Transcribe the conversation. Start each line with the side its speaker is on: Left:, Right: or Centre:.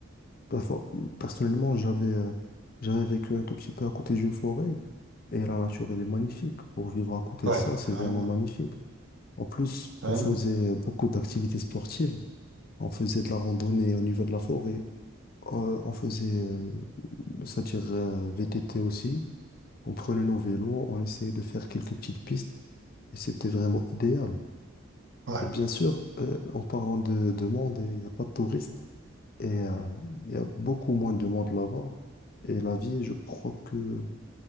Left: Perfo- Personnellement, j'avais euh, j'avais vécu un tout petit peu à côté d'une forêt et la nature, elle est magnifique. Pour vivre à côté
Right: ouais,
Left: de ça, c'est
Right: carrément.
Left: vraiment magnifique. En plus,
Right: Carrément.
Left: on faisait beaucoup d'activités sportives. On faisait de la randonnée au niveau de la forêt. Euh, on faisait, euh, c'est-à-dire euh, VTT aussi. On prenait nos vélos, on essayait de faire quelques petites pistes et c'était vraiment idéal.
Right: Ouais,
Left: Et bien sûr, euh, en parlant de, de monde, il n'y a pas de touristes. Et euh, il y a beaucoup moins de monde là-bas. Et la vie, je crois que,